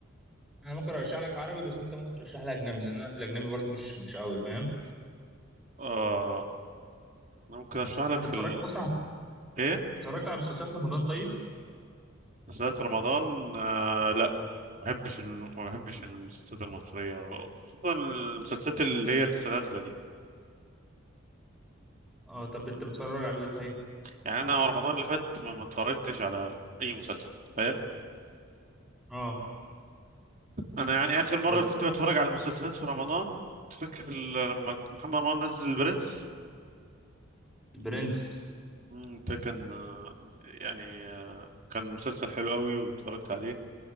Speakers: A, in the centre; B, on the right.
A: انا ممكن ارشح لك عربي بس انت ممكن ترشح لي اجنبي لان انا في الاجنبي برضو مش مش قوي فاهم
B: اه انا ممكن اشرح لك
A: انت
B: في
A: اتفرجت
B: ال...
A: اصلا
B: ايه
A: اتفرجت على مسلسلات رمضان طيب
B: مسلسلات رمضان آه لا ما بحبش الم- ما بحبش المسلسلات المصريه خصوصا المسلسلات اللي هي لسه نازله دي
A: اه طب انت بتتفرج على ايه طيب
B: يعني انا رمضان اللي فات ما ما اتفرجتش على اي مسلسل تخيل
A: اه
B: انا يعني اخر مره
A: طب انت-
B: كنت بتفرج على المسلسلات في رمضان تفكر ال- لما محمد رمضان نزل البرنس
A: البرنس
B: مم، ده كان آه، يعني آه، كان مسلسل حلو قوي واتفرجت عليه